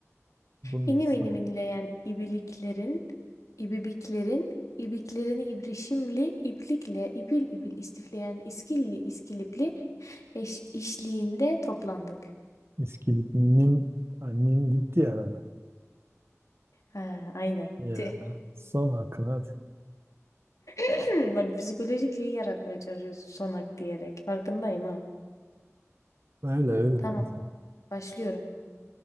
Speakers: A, on the right; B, on the left.
A: Bunun
B: İnim
A: son.
B: inim inleyen ibiliklerin, ibibiklerin, ibiklerini ibrişimli, iplikle, ipil ipil istifleyen iskilli, iskilipli eş, işliğinde toplandık.
A: İskilip nim, ha, nim gitti ya arada.
B: Ha, aynen.
A: Ya,
B: <laughs>
A: son hakkın hadi.
B: Hmm, bak psikolojik şeyi yaratmaya çalışıyorsun sonak diyerek. Farkındayım ha.
A: Öyle öyle
B: Tamam
A: hadi.
B: başlıyorum.